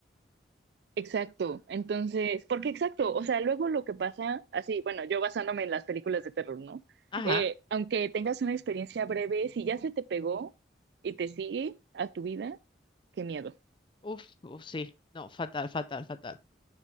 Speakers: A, on the right; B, on the left.
A: Exacto, entonces, porque exacto, o sea, luego lo que pasa, así, bueno, yo basándome en las películas de terror, ¿no?
B: Ajá.
A: Eh, aunque tengas una experiencia breve, si ya se te pegó y te sigue a tu vida, qué miedo,
B: Uf, uf, sí. No, fatal, fatal, fatal.